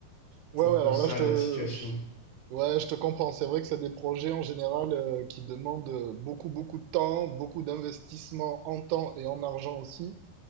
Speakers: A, on the right; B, on the left.
A: Ouais,
B: C'est un
A: ouais,
B: peu
A: alors
B: ça
A: là, je te,
B: la situation.
A: je- ouais, je te comprends. C'est vrai que c'est des projets en général euh, qui demandent euh, beaucoup, beaucoup de temps, beaucoup d'investissement en temps et en argent aussi.